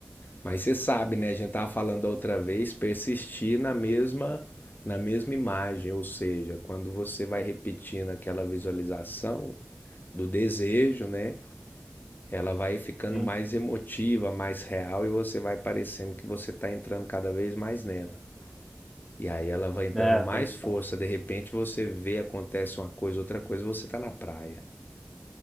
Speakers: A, on the left; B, in the centre.
A: Mas você sabe, né? A gente tava falando outra vez, persistir na mesma na mesma imagem, ou seja, quando você vai repetindo aquela visualização do desejo, né? ela vai ficando
B: sim,
A: mais emotiva, mais real e você vai parecendo que você está entrando cada vez mais nela. E aí ela vai dando
B: né?
A: mais
B: Faz.
A: força, de repente você vê, acontece uma coisa, outra coisa, você está na praia.